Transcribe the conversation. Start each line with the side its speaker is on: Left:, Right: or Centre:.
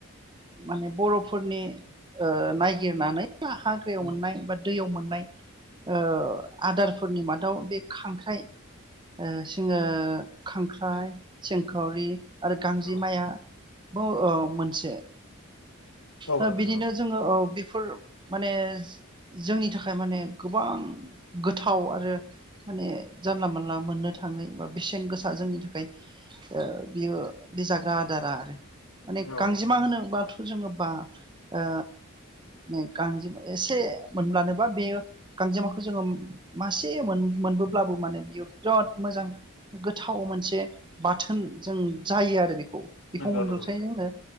Right: माने बर'फोरनि ओ नायगिरनानै हाग्रायाव
Left: उम
Right: मोननाय बा दैयाव मोन नाय ओ आदारफोरनि मादाव बे खांख्राइ ओ सिङो खांख्राइ सिंखावरि आरो गांजेमाया
Left: औ
Right: बो ओ मोनसे
Left: औ नोंथां
Right: ओ बिदिनो
Left: औ
Right: जोङो औ बेफोर माने जोंनि थाखाय माने गोबां गोथाव आरो माने जानला मोनानला मोननो थाङो बा बेसेन गोसा जोंनि थाखाय ओ बियो बे जाग्रा आदारा आरो माने
Left: नोंथां
Right: गांजेमा
Left: औ
Right: होनो बाथ जोङो बा ओ नै गांजेमा एसे मोनब्लानोबा बेयो गांजेमाखौ जोङो मासे मोनबोब्लाबो माने बेयो बिराद मोजां गोथाव मोनसे बाथोन जों जायो आरो बेखौ बेखौ
Left: नंगौ
Right: मोनब्लाथाय
Left: नंगौ नोंथां
Right: जोंनो